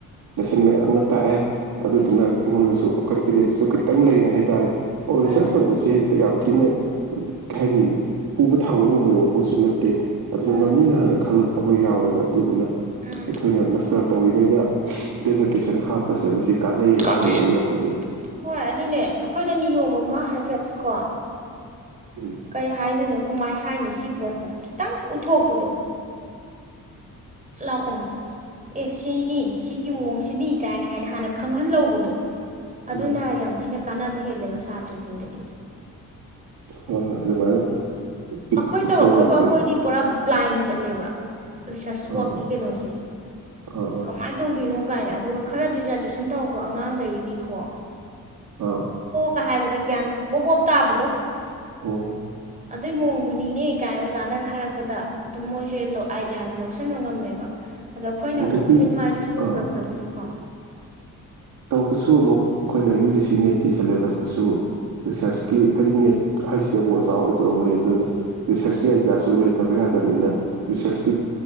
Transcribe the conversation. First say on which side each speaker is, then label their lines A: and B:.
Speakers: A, on the right (about 75°); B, on the right (about 20°).
A: ꯂꯦꯁꯟ ꯃꯌꯥꯝ ꯑꯃ ꯇꯥꯛꯑꯦ ꯑꯗꯨꯗꯨꯅ
B: ꯎꯝ
A: ꯑꯩꯉꯣꯟꯗꯁꯨ ꯀꯟꯐꯤꯗꯦꯟꯁꯇꯨ ꯈꯤꯇꯪ ꯂꯩꯔꯦ ꯍꯥꯏꯇꯥꯔꯦ ꯑꯣ ꯔꯤꯁꯔꯁ
B: ꯎꯝ
A: ꯇꯧꯕꯁꯦ ꯍꯦꯛꯇ ꯌꯥꯝ ꯊꯤꯅ ꯀꯩ ꯍꯥꯏꯅꯤ ꯄꯨꯕ ꯊꯥꯡꯕ ꯉꯝꯃꯣꯏꯗꯕ ꯄꯣꯠꯁꯨ ꯅꯠꯇꯦ ꯑꯗꯨꯅ
B: ꯎꯝ
A: ꯉꯝꯅꯤꯅ ꯍꯅ ꯈꯜꯂꯛꯄ ꯑꯃ ꯌꯥꯎꯔꯦꯕ ꯑꯗꯨꯗꯨꯅ
B: ꯎꯝ
A: ꯑꯩꯈꯣꯏꯅ ꯃꯁꯇꯔ ꯇꯧ ꯇꯧꯔꯤꯉꯩꯗ ꯗꯦꯖꯔꯇꯦꯁꯟ ꯍꯥꯞꯄꯁꯦ ꯃꯁꯤ ꯀꯥꯟꯅꯩꯌꯦꯅ
B: ꯀꯥꯅꯩꯌꯦꯅ
A: ꯈꯜꯂꯦ ꯑꯩꯒꯤ ꯋꯥꯈꯜꯗꯗꯤ
B: ꯍꯣꯏ ꯑꯗꯨꯅꯦ ꯑꯩꯈꯣꯏꯗ ꯅꯤꯌꯣꯝ ꯑꯃ ꯍꯥꯏꯐꯦꯠ ꯀꯣ ꯑ
A: ꯎꯝ
B: ꯀꯩ ꯍꯥꯏꯗꯣꯏꯅꯣ ꯀꯃꯥꯏꯅ ꯍꯥꯏꯅꯤ ꯁꯤ ꯄꯣꯠꯁꯦ ꯈꯤꯇꯪ ꯎꯠꯊꯣꯛꯄꯗꯣ ꯂꯥꯎꯄꯅ ꯑꯦ ꯁꯤꯅꯤ ꯁꯤꯒꯤ ꯃꯑꯣꯡꯁꯤꯅꯤ ꯀꯥꯏꯅ ꯍꯥꯏꯅ ꯍꯥꯟꯅ ꯈꯪꯍꯜꯍꯧꯕꯗꯣ ꯑꯗꯨꯅ
A: ꯎꯝ
B: ꯌꯥꯝ ꯊꯤꯅ ꯀꯥꯟꯅꯕ ꯍꯦꯜꯂꯦꯕ ꯁꯥꯇ꯭ꯔꯁꯤꯡꯗꯗꯤ
A: ꯍꯣꯏ ꯍꯣꯏ ꯑꯗꯨꯃꯥꯏꯅ ꯄꯤꯛ
B: ꯑꯩꯈꯣꯏ
A: ꯄꯤꯊꯣꯛꯑꯒ
B: ꯇꯧꯔꯛꯇꯕ
A: ꯑꯩꯈꯣꯏ
B: ꯑꯩꯈꯣꯏꯗꯤ ꯄꯨꯔꯥ ꯕ꯭ꯂꯥꯏꯟ ꯆꯠꯂꯦꯕ ꯔꯤꯁꯔꯁ
A: ꯑꯥ
B: ꯋꯥꯔꯛꯀꯤ ꯀꯩꯅꯣꯁꯦ
A: ꯑꯥ ꯑꯥ
B: ꯀꯃꯥꯏꯅ ꯇꯧꯗꯣꯏꯅꯣ ꯀꯥꯏꯅ ꯑꯗꯨꯒ ꯈꯔ ꯗꯤꯖꯥꯔꯇꯦꯁꯟ ꯇꯧꯔꯛꯄ ꯑꯉꯥꯡꯒꯩꯗꯤꯀꯣ
A: ꯑꯥ
B: ꯀ ꯍꯥꯏꯕꯗ ꯒ꯭ꯌꯥꯟ ꯄꯣꯞ ꯄꯣꯞ ꯇꯥꯕꯗꯣ
A: ꯑꯣ
B: ꯑꯗꯨꯏ ꯃꯑꯣꯡꯗꯨꯅꯤꯅꯦ ꯀꯥꯏꯅ ꯑꯣꯖꯥꯅꯒ ꯍꯥꯏꯔꯛꯄꯗ ꯑꯗꯨꯝ ꯃꯣꯏꯁꯦ ꯑꯥꯏꯗꯤꯌꯥꯁꯦ ꯂꯧꯁꯤꯟꯕ ꯉꯝꯃꯦꯕ ꯑꯗ ꯑꯩꯈꯣꯏꯅ
A: ꯑꯗꯒꯤ
B: ꯑꯃꯨꯛ ꯃꯤꯠ ꯃꯥꯏꯗ ꯁꯨ
A: ꯑꯥ
B: ꯎꯔꯛꯇꯕꯒꯤꯀꯣ
A: ꯇꯧꯕꯁꯨ ꯑꯃꯨꯛ ꯑꯩꯈꯣꯏꯅ ꯌꯨ ꯖꯤ ꯁꯤ ꯅꯦꯠꯀꯤ ꯁꯦꯂꯦꯕꯁꯇꯁꯨ ꯔꯤꯁꯔꯁꯀꯤ ꯍꯥꯏꯗꯤ ꯅꯦꯠ ꯍꯥꯏꯁꯤꯗꯕꯨ ꯑꯣꯖꯥ ꯑꯣꯏꯗꯣꯔꯕꯅꯤ ꯑꯗꯨꯅ ꯔꯤꯁꯔꯁꯀꯤ ꯑꯥꯏꯗꯤꯌꯥꯁꯨ ꯂꯩꯇꯕ ꯌꯥꯗꯕꯅꯤꯅ ꯔꯤꯁꯔꯁꯀꯤ